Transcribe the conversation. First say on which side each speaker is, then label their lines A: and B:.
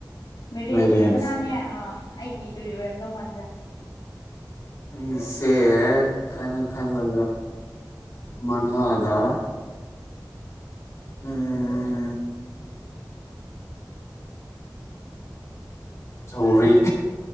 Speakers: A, on the left; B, on the left.
A: ꯃꯦꯔꯦꯟꯒꯤ
B: ꯃꯥꯏꯔꯦꯟ
A: ꯃꯅꯥꯅꯦ ꯑ ꯑꯩꯒꯤ ꯀꯔꯤ ꯑꯣꯏꯔꯝꯗꯧ ꯃꯥꯟꯕ꯭ꯔꯥ
B: ꯎꯝ ꯁ ꯈꯪ ꯈꯂ ꯃꯉꯗ ꯎꯝ ꯁꯧꯔꯤ